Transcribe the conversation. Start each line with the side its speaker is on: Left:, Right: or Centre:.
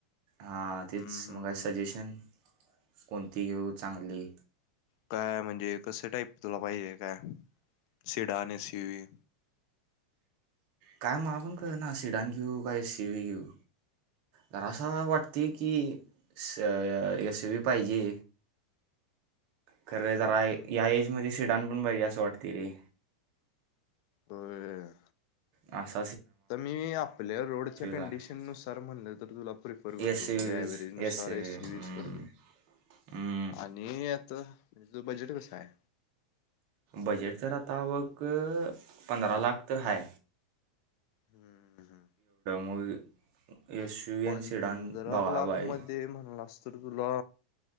Right: हां
Left: हम्म
Right: तेच
Left: हम्म
Right: मगकाय
Left: हम्म
Right: सजेशन कोणती घेऊ चांगली
Left: काय म्हणजे कस टाईप तुला पाहिजे काय सिडान येस यू वी
Right: काय मग आपण कर ना सिडान घेऊ का एससी <unintelligible> व घेऊ तर असं <unintelligible> वाटतंय की स एस वी पाहिजे खरे
Left: हम्म
Right: जरा
Left: हम्म.
Right: या एजमध्ये सिडान पण पाहिजे असं वाटते री
Left: होय
Right: अस
Left: तर मी आपल्या रोडच्या कंडिशन
Right: आहे
Left: नुसार म्हणल तर तुला प्रिफर करतो
Right: एस सी
Left: म्हणजे
Right: व्हीज
Left: व्हरेज नुसार
Right: एस सी
Left: एसी
Right: व्ही
Left: यज करतो
Right: हम्म.
Left: आणि आता म्हणजे त बजेट कस आहे
Right: बजेट जर आता बघ पंधरा लाख तर हा
Left: हम्म हम्म.
Right: मग एस यू
Left: पंधरा
Right: एन सिडान बघा
Left: लाख
Right: बाई
Left: मध्ये म्हणला असतो तुला